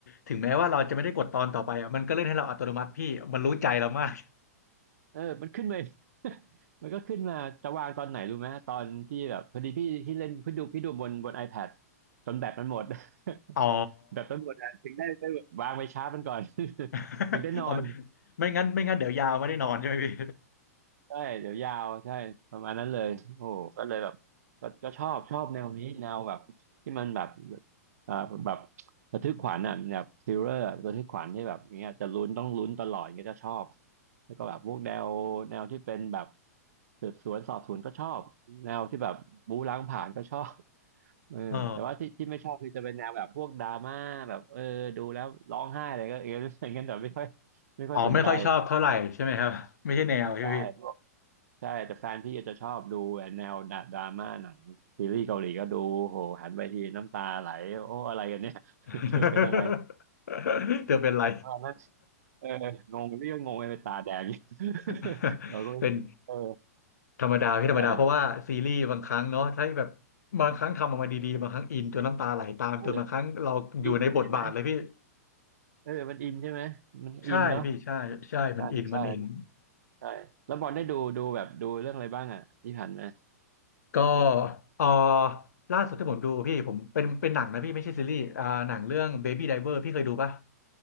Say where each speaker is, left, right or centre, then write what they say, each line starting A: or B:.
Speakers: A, on the left (about 85°); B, on the right (about 65°).
A: ถึงแม้ว่าเราจะไม่ได้กดตอนต่อไปอะมันก็เล่นให้เราอัตโนมัติพี่มันรู้ใจเรามาก
B: เออมันขึ้นเลย <laughs> มันก็ขึ้นมาจะวางตอนไหนรู้ไหมตอนที่แบบพอดีพี่ที่เล่นพี่ดูพี่ดูบนบน iPad จนแบตมันหมด
A: อ๋อ
B: <laughs> แบตมันหมดอะถึงได้ไปวางไปชาร์จมันก่อน <laughs>
A: <laughs>
B: ถึงได้นอน
A: อ๋อไม่ไม่งั้นไม่งั้นเดี๋ยวยาวไม่ได้นอนใช่ไหมพี่
B: ใช่เดี๋ยวยาวใช่ประมาณนั้นเลยโอ้โหก็เลยแบบก็ก็ชอบชอบแนวนี้แนวแบบที่มันแบบอ่าแบบระทึกขวัญอ่ะแบบทริลเลอร์ระทึกขวัญที่แบบเนี้ยจะลุ้นต้องลุ้นตลอด่เงี้ยจะชอบแล้วก็แบบพวกแนวแนวที่เป็นแบบสืบสวนสอบสวนก็ชอบแนวที่แบบบู๊ล้างผลาญก็ชอบเออแต่ว่าที่ที่ไม่ชอบคือจะเป็นแนวแบบพวกดราม่าแบบเออดูแล้วร้องไห้อะไรก็เออ
A: อ๋อ
B: <laughs> อย่างเงี้ยแต่ไม่ค่อยไม่ค่อยสนใจ
A: อ๋อไม่ค่อยชอบเท่าไหร่ใช่ไหมครับไม่ใช่แนวใช่ไหมพี่
B: ใช่ ใช่แต่แฟนพี่อาจจะชอบดูแนวดราม่าหนังซีรีส์เกาหลีก็ดูโหหันไปทีน้ำตาไหลโอ้อะไรกันเนี่ย <laughs>
A: <laughs>
B: เธอเป็นอะไร
A: เธอเป็นไร
B: ตอนนั้นเอองงพี่ก็งงไปตาแดง <laughs> อยู่ <laughs>
A: <laughs>
B: เราก็ไม่เออ
A: เป็นธรรมดาพี่ธรรมดาเพราะว่าซีรีส์บางครั้งเนาะถ้าแบบ
B: ใช่
A: บางครั้งทำออกมาดีๆบางครั้งอินจนน้ำตาไหลตามจนบางครั้งเราอยู่ในบทบาทเลยพี่
B: เอออินใช่ไหมเออมันอินใช่ไหมมันอินเนาะ
A: ใช่พี่ใช่ใช่มันอินมันอิน
B: ใช่ใช่ใช่แล้วบอลได้ดูดูแบบดูเรื่องอะไรบ้างอ่ะที่ผ่านมา
A: ก็เออล่าสุดที่ผมดูพี่ผมเป็นเป็นหนังนะพี่ไม่ใช่ซีรีส์อ่าหนังเรื่อง Baby Driver พี่เคยดูปะ